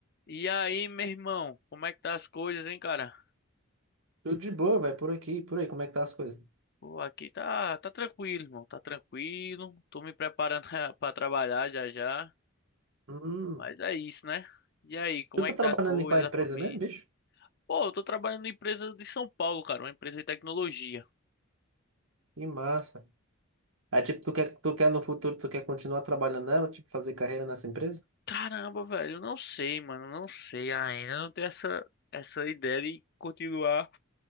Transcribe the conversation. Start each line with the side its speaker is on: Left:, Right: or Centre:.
Left: E aí, meu irmão, como é que tá as coisas, hein, cara?
Right: Tudo de boa, velho, por aqui, por aí, como é que tá as coisas?
Left: Pô, aqui tá, tá tranquilo, irmão, tá tranquilo. Tô me preparando <laughs> pra trabalhar já já,
Right: Hum.
Left: mas é isso, né? E aí, como
Right: Tu
Left: é
Right: tá
Left: que
Right: trabalhando
Left: tá as coisas,
Right: em qual empresa
Left: a família?
Right: mesmo, bicho?
Left: Pô, eu tô trabalhando numa empresa de São Paulo, cara, uma empresa de tecnologia.
Right: Que massa. Aí, tipo, tu quer, tu quer no futuro, tu quer continuar trabalhando nela, tipo, fazer carreira nessa empresa?
Left: Caramba, velho, eu não sei, mano, eu não sei ainda, eu não tenho essa essa ideia de continuar,